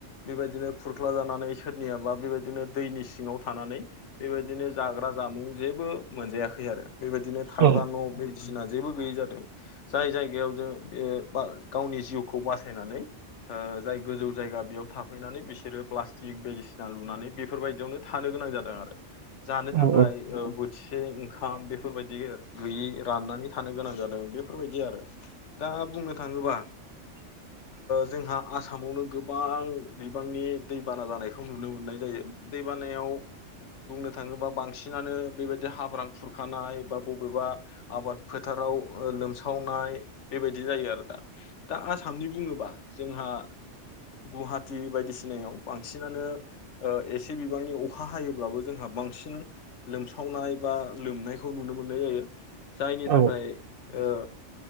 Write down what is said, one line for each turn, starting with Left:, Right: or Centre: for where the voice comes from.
Left: बेबायदिनो खुरख्ला जानानै सोरनियाबा बेबायदिनो दैनि सिङाव थानानै बेबायदिनो जाग्रा जामुं जेबो मोनजायाखै आरो बेबायदिनो थाग्रा
Right: औ
Left: न' बायदिसिना जेबो गैयै जादों जाय जायगायाव जों बे गावनि जिउखौ बासायनानै ओ जाय गोजौ जायगा बेयाव थाफैनानै बिसोरो प्लास्टिक बायदिसिना लुनानै बेफोरबायदियावनो थानो गोनां जादों आरो जानो थाखाय
Right: औ
Left: बो थिसे ओंखाम बेफोरबायदि गैयि राननानै थानो गोनां जादों बेफोरबायदि आरो दा बुंनो थाङोबा
Right: <inaudible>
Left: जोंहा आसामावनो गोबां दैबांनि दैबाना जानायखौ नुनो मोननाय जायो दै बानायाव बुंनो थाङोबा बांसिनानो बेबायदि हाब्रां खुरखानाय बा बबेबा आबाद फोथाराव लोमसावनाय बेबायदि जायो आरो दा दा आसामनि बुङोबा जोंहा गुवाहाटि बायदिसिनायाव बांसिनानो एसे बिबांनि अखा हायोब्लाबो जोंहा बांसिन लोमसावनाय बा लोमनायखौ नुनो मोननाय जायो जायनि
Right: औ
Left: थाखाय ओ